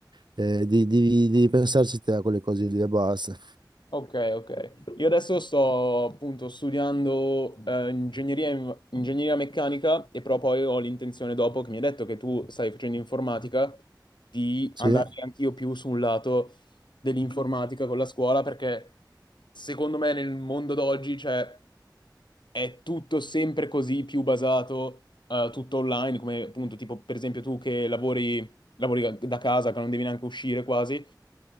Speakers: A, on the right (about 75°); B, on the left (about 80°).
A: eh, devi, devi- devi pensarci te a quelle cose lì e basta.
B: Ok, ok. Io adesso sto appunto studiando eh, ingegneria, in- ingegneria meccanica e però poi ho l'intenzione dopo che mi hai detto che tu stai facendo informatica di
A: Sì.
B: andare anch'io più sul lato dell'informatica con la scuola perché secondo me nel mondo d'oggi cioè, è tutto sempre così più basato eh, tutto online come appunto tipo per esempio tu che lavori, lavori da casa che non devi neanche uscire quasi